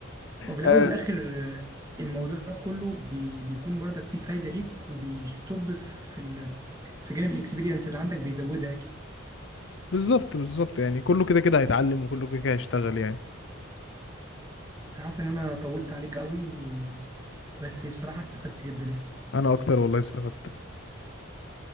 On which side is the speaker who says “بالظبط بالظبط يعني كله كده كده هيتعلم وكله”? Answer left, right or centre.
Left